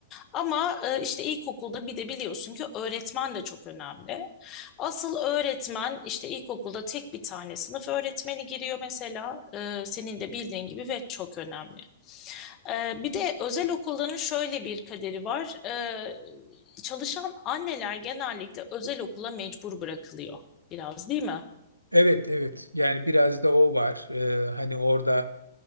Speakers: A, on the left (about 25°); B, on the right (about 80°).
A: Ama e, işte ilkokulda bir de biliyorsun ki öğretmen de çok önemli. Asıl öğretmen işte ilkokulda tek bir tane sınıf öğretmeni giriyor mesela E, senin de bildiğin gibi ve çok önemli. Ee, bir de özel okulların şöyle bir kaderi var. Ee, çalışan anneler genellikle özel okula mecbur bırakılıyor biraz değil mi?
B: Evet evet yani biraz da o var Ee, hani orada